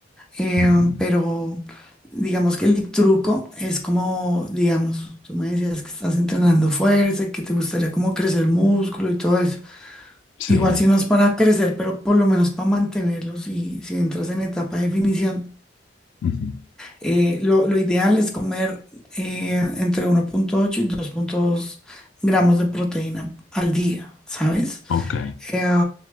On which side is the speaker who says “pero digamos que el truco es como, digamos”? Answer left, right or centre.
Centre